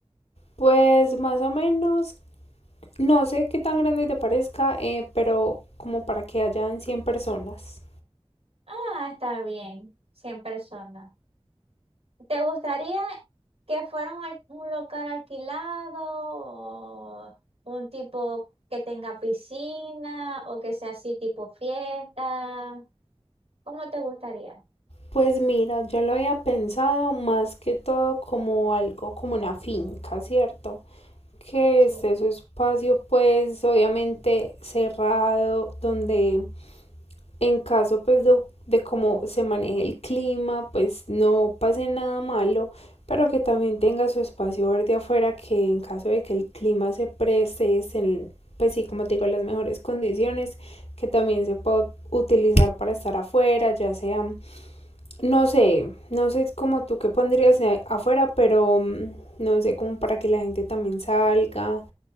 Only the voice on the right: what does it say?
Ah, está bien, 100 personas. ¿Te gustaría que fuera un, al- un local alquilado o un tipo que tenga piscina o que sea así tipo fiesta? ¿Cómo te gustaría?
Sí.